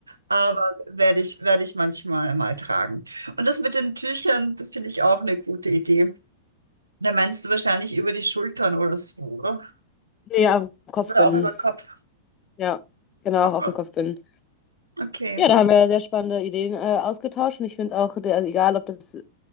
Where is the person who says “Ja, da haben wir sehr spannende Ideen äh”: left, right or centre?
Left